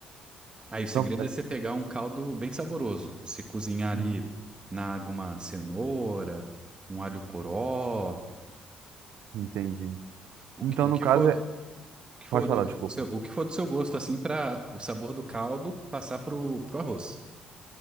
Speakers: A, on the right; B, on the right.
A: Aí o segredo
B: Então, é.
A: é você pegar um caldo bem saboroso. Você cozinhar
B: Uhum.
A: ali na água uma cenoura, um alho poró,
B: Entendi.
A: o
B: Então,
A: que, o
B: no
A: que
B: caso,
A: for
B: é...
A: que for
B: pode
A: do
B: falar, desculpa.
A: seu, o que for do seu gosto, assim, para o sabor do caldo passar pro, pro arroz.